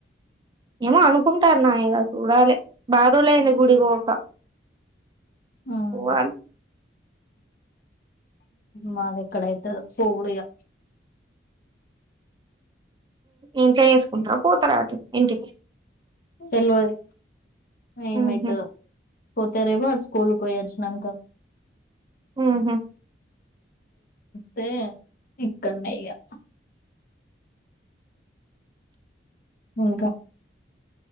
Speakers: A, on the right; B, on the left.
A: ఏమో అనుకుంటారు నా ఇక చూడాలి బారులేని గుడిక
B: ఉమ్
A: ఓ వాల్
B: మాది ఎక్కడైతు ఫోడిగా
A: ఇంట్లో చేసుకుంటార పోతారు అటు ఇంటికి
B: తెెల్వరి అ
A: ఉహు
B: మాయితే పోతే రే బర్స్ స్కూల్ పోయచ్చనంక
A: ఆహ
B: తే చక్కన్నయ్యా ఇంకా